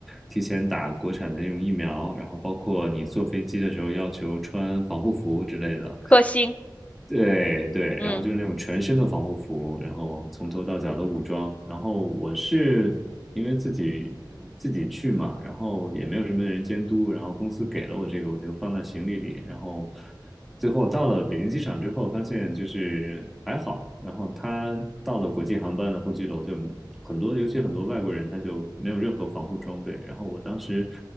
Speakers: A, in the centre; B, on the left.
A: 提前打国产的那种疫苗，然后包括你坐飞机的时候要求穿防护服之类的。
B: 颗星，
A: 对对，然后就是那种全身的防护服，
B: 嗯。
A: 然后从头到脚的武装。然后我是因为自己自己去嘛，然后也没有什么人监督，然后公司给了我这个，我就放在行李里。然后最后到了北京机场之后，发现就是还好。然后他到了国际航班的候机楼，就很多，尤其很多外国人，他就没有任何防护装备。然后我当时